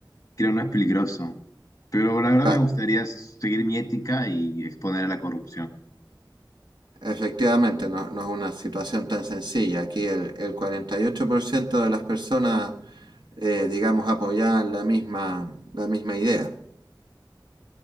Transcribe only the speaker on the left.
creo no es peligroso, pero la verdad
me gustaría seguir mi ética y exponer a la corrupción.